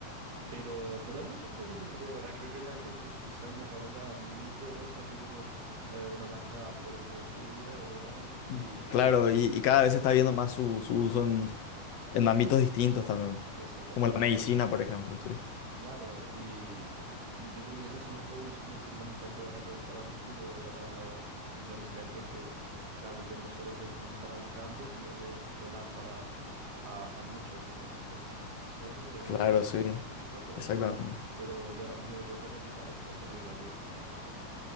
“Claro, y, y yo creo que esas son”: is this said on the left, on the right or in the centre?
Right